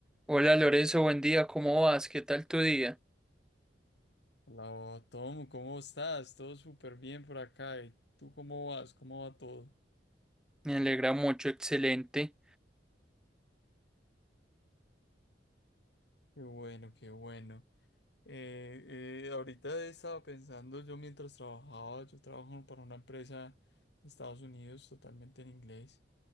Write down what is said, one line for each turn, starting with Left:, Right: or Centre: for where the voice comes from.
Centre: Hola Lorenzo, buen día, ¿cómo vas? ¿Qué tal tu día?
Left: Hola, Tom, ¿cómo estás? Todo súper bien por acá. ¿Y tú cómo vas? ¿Cómo va todo?
Centre: Me alegra mucho, excelente.
Left: Qué bueno, qué bueno. Eh, eh, ahorita estaba pensando, yo mientras trabajaba, yo trabajo para una empresa de Estados Unidos totalmente en inglés